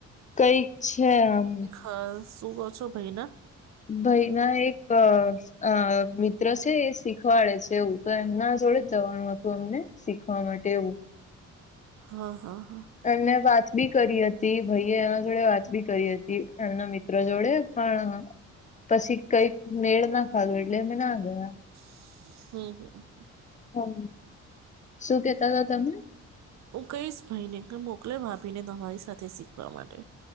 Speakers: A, on the left; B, on the right.
A: કઈક છે આમ
B: હા શું કહો છો ભાઈ ના
A: ભય ના એક અ મિત્ર છે એ શીખવાડે છે એવું તો એમના જોડે જ જવાનું હતું અમને શીખવા માટે એવું
B: હા હા હા
A: એમને વાત બી કરી હતી ભાઈએ એના જોડે વાત બી કરી હતી એમના મિત્ર જોડે પણ પછી કઈક મેળ ના ખાધો એટલે મેં ના ગયા
B: હમ્મ
A: હમ શું કેતા તા તમે
B: હું કઈશ ભાઈ ને કે મોકલે ભાભીને તમારી સાથે શીખવા માટે.